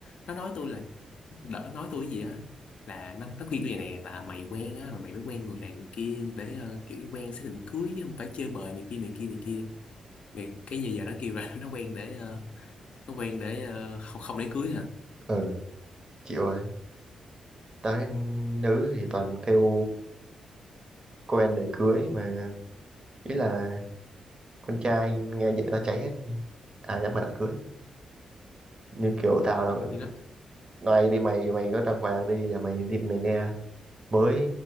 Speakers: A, on the left (about 60°); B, on the right (about 40°).
A: nó nói tôi là đỡ nói tôi cái gì á là nó nó khuyên tôi vậy nè là mày quen á mà mày phải quen người này người kia để ờ, kiểu quen xác định cưới chứ không phải chơi bời này kia này kia này kia Thì cái giờ giờ nó kêu là <laughs> nó quen để ờ, nó quen để ờ, không không để cưới hả
B: ừ chịu rồi tới nữ thì toàn kêu cô anh để cưới mà ý là con trai nghe vậy tao cháy hết ai dám mà đã cưới như kiểu tao là
A: như đó
B: ngoài đi mày mày có đàng hoàng đi là mày đi mày nghe mới